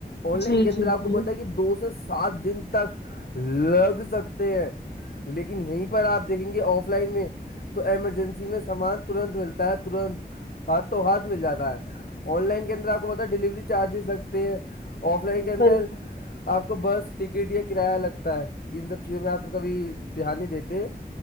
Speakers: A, on the left; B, on the left.
A: آن لائن
B: جی
A: کے اندر
B: جی
A: آپ
B: جی
A: کو پتا ہے کہ دو سے سات دن تک لگ سکتے ہیں لیکن یہیں پر آپ دیکھیں گے آف لائن میں تو ایمرجنسی میں سامان ترنت ملتا ہے ترنت ہاتھ تو ہاتھ مل جاتا ہے آن لائن کے اندر آپ کو پتا ڈلیوری تو چارجز لگتے ہیں آف لائن کے اندر
B: بالکل
A: آپ کو بس ٹکٹ یا کرایہ لگتا ہے ان سب چیزوں میں آپ کو کبھی دھیان نہیں دیتے